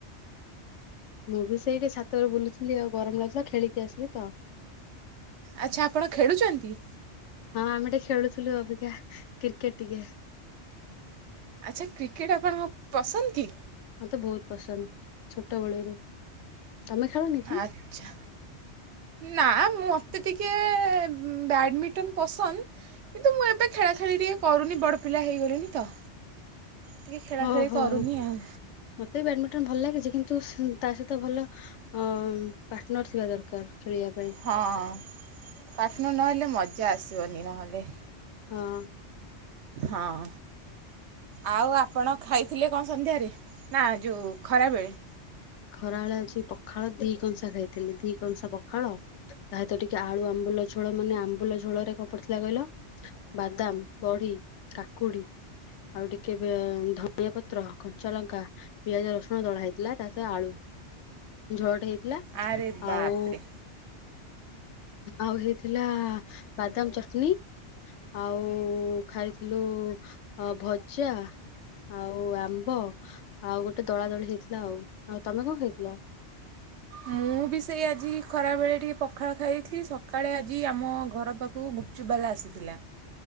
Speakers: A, on the left; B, on the right.
A: ମୁଁ ବି ସେଇଠି ଛାତଉପରେ ବୁଲୁଥିଲି ଆଉ ଗରମ ଲାଗୁଥିଲା ଖେଳିକି ଆସିଲି ତ।
B: ଆଚ୍ଛା ଆପଣ ଖେଳୁଚନ୍ତି?
A: ହଁ ଆମେ ଟିକେ ଖେଳୁଥିଲୁ ଅବିକା କ୍ରିକେଟ୍ ଟିକେ।
B: ଆଚ୍ଛା କ୍ରିକେଟ୍ ଆପଣଙ୍କ ପସନ୍ଦକି?
A: ମତେ ବହୁତ୍ ପସନ୍ଦ ଛୋଟୋ ବେଳୁରୁ। ତମେ ଖେଳନି?
B: ଆଚ୍ଛା ନା ମୋତେ ଟିକେ ବ୍ୟାଡ଼ମିଣ୍ଟନ୍। ପସନ୍ଦ କିନ୍ତୁ ମୁଁ ଏବେ ଖେଳାଖେଳି ଟିକେ କରୁନି ବଡ଼ପିଲା ହେଇ ଗଲିଣିି ତ। ଟିକେ ଖେଳା
A: ହଉ
B: ଖେଳି
A: ହଉ।
B: କରୁନି
A: ମତେ
B: ଆଉ
A: ବି ବ୍ୟାଡମିଣ୍ଟନ୍ ଭଲ ଲାଗେ ଜେ କିନ୍ତୁ ତା ସହିତ ଭଲ ହଁ ହଁ ପାଟନର୍ ଥିବା ଦରକାର ଖେଳିବାପାଇଁ।
B: ହଁ ଅଁ ପାଟନର୍ ନହେଲେ ମଜା ଆସିବନି ନହେଲେ।
A: ହଁ।
B: ହଁ। ଆଉ ଆପଣ ଖାଇଥିଲେ କଣ ସନ୍ଧ୍ୟାରେ ନା ଯୋଉ ଖରାବେଳେ?
A: ଖରାବେଳେ ଆଜି ପଖାଳ ଦି କଂସା ଖାଇଥିଲି ଦି କଂସା ପଖାଳ। ତାହିତ ଟିକେ ଆଳୁ ଆମ୍ବୁଲ ଝୋଳ ମାନେ ଆମ୍ ବୁଲ ଝୋଳରେ କଣ ପଡିଥିଲା କହିଲ ବାଦାମ୍ ବଢି କାକୁଡି ଆଉ ଟିକେବି ଧନିଆ ପତ୍ର କଞ୍ଚାଲଙ୍କା ପିଆଜ ରସୁଣ ଦଳା ହେଇଥିଲା ତା ଆଳୁ ଝୋଳଟେ ହେଇଥିଲା
B: ଆରେ ବାପରେ
A: ଆଉ ଆଉ ହେଇଥିଲା ବାଦାମ୍ ଚଟଣି। ଆଉ ଖାଇଥିଲୁ ଅ ଭଜା ଆଉ ଆମ୍ବ ଆଉ ଗୋଟେ ଦଳାଦଳି ହେଇଥିଲା ଆଉ। ଆଉ ତମେ କଣ ଖାଇଥିଲ?
B: ମୁଁ ବି ସେଇ ଆଜି ଖରାବେଳେ ଟିକେ ପଖାଳ ଖାଇଦେଇଥିଲି ସକାଳେ ଆଜି ଆମ ଘର ପାଖକୁ କୋଉ ଗୁପ୍ ଚୁପ୍ ବାଲା ଆସିଥିଲା